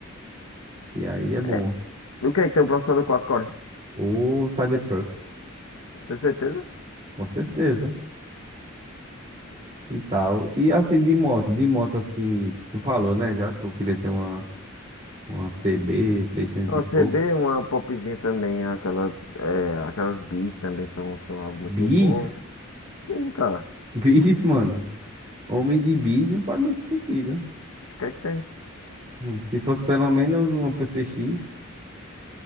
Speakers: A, on the right; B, on the left.
A: e aí é bom.
B: É. O que é que tem o processador 4 core?
A: O Cybertruck,
B: Tem certeza?
A: com certeza. E tal. E assim, de moto, de moto assim, tu falou, né? Já tu queria ter uma, uma CB 600
B: Uma
A: e pouco.
B: CB, uma popzinha também, aquela, é, aquelas bis também são, são algo muito
A: Bis?
B: bom. Sim, cara.
A: <laughs> Bis, mano. Homem de bis não faz muito sentido.
B: Acho que é que tem.
A: Hum, Se fosse pelo menos uma PCX,